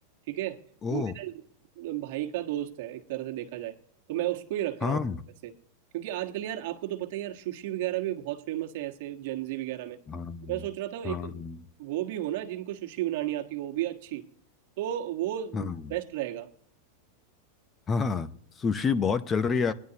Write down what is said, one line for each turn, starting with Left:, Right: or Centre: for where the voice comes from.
Right: ठीक है
Left: ओ
Right: वो मेरे भाई का दोस्त है एक तरह से देखा जाए तो मैं उसको ही रख रहा
Left: हाँ
Right: हूँ वैसे क्योंकि आजकल यार आपको तो पता है यार सुशी वगैरह भी बहुत फेमस है ऐसे जेंजी वगैरह में
Left: हाँ
Right: मैं सोच रहा था एक
Left: हाँ
Right: वो भी हो ना जिनको सुशी बनानी आती हो वो भी अच्छी तो वो
Left: हाँ
Right: बेस्ट रहेगा
Left: हाँ हाँ। सुशी बहुत चल रही है